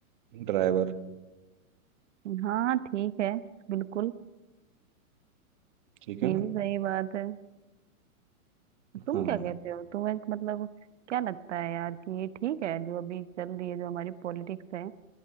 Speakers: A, on the right; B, on the right.
A: ड्राइवर
B: हम्म, हाँ ठीक है बिल्कुल
A: ठीक
B: ये
A: है ना
B: भी सही बात है तुम
A: हाँ
B: क्या कहते हो तुम्हें मतलब क्या लगता है यार कि ये ठीक है जो अभी चल रही है जो हमारी पॉलिटिक्स है